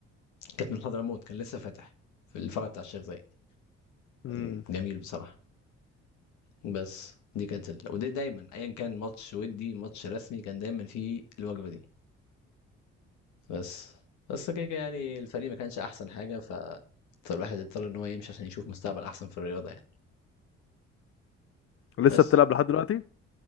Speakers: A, on the left; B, on the left.
A: كانت من حضرموت كان لسه فاتح في الفرع بتاع الشيخ زايد كان
B: امم
A: جميل بصراحه بس دي كانت ال... ودي دايما ايا كان ماتش ودي ماتش رسمي كان دايما فيه الوجبه دي بس بس كده كده يعني الفريق ما كانش احسن حاجه ف فالواحد اضطر ان هو يمشي عشان يشوف مستقبل احسن في الرياضه يعني
B: لسه
A: بس
B: بتلعب لحد دلوقتي